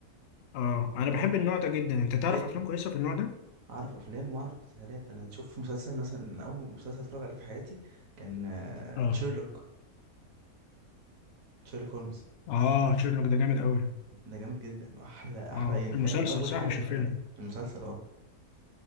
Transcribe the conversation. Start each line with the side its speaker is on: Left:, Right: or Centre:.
Left: اه أنا
Right: لأن
Left: بحب النوع ده جدا أنت
Right: جد
Left: تعرف أفلام كويسة في النوع ده؟
Right: اعرف افلام واعرف مسلسلات انا شوف مسلسل مثلا أنا اول مسلسل اتفرج عليه في حياتي كان آه،
Left: اه
Right: تشيرلوك تشيرلوك هولمز
Left: اه تشيرلوك ده جامد أوي
Right: ده جامد جدا واحلى احلى
Left: اه
Right: يعني
Left: المسلسل
Right: فاهم اول
Left: صح
Right: حاجه
Left: مش
Right: اتفرجت
Left: الفيلم
Right: عليها المسلسل اه